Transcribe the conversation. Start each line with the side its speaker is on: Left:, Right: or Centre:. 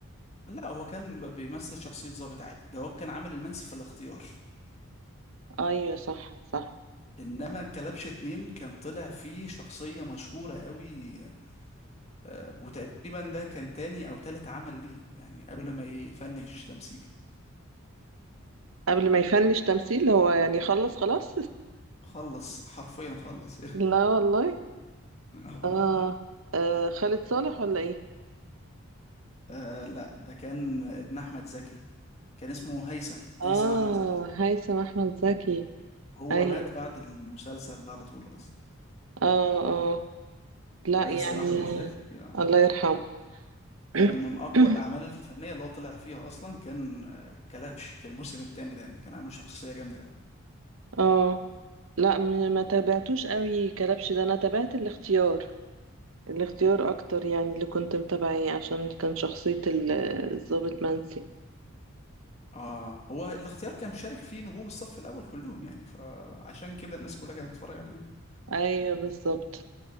Left: لا هو كان ب- بيمثل شخصية ضابط عادي ده هو كان عامل المنسي في الاختيار
Right: ايوه صح صح
Left: انما كلبش اتنين كان طلع فيه شخصية مشهورة قوي آه، وتقريبا ده كان تاني او تالت عمل ليه يعني قبل ما يفنش تمثيل
Right: قبل ما يفنش تمثيل هو يعني خلص خلاص
Left: خلص حرفيا خلص يعني
Right: <laughs> لا والله
Left: <laughs>
Right: آه. اه خالد صالح ولا ايه
Left: آه لا ده كان ابن احمد زكي كان اسمه هيثم
Right: اه
Left: هيثم احمد زكي
Right: هيثم احمد زكي
Left: هو
Right: ايوه
Left: مات بعد المسلسل ده على طول اصلا
Right: اه اه لا
Left: هيثم
Right: يعني
Left: احمد زكي آه.
Right: الله يرحمه <clears throat>
Left: كان من اقوى الاعمال الفنيه اللي هو طلع فيها اصلا كان آه، كلبش الموسم الثاني ده يعني كان عامل شخصيه جامده أوي.
Right: اه لا م- ما تابعتوش قوي كلبش ده انا تابعت الاختيار الاختيار اكتر يعني اللي كنت متابعيه عشان كان شخصية ال- الضابط منسي
Left: اه هو الاختيار كان شارك فيه نجوم الصف الاول كلهم يعني فعشان كده الناس كلها كانت بتتفرج عليه
Right: ايوه بالظبط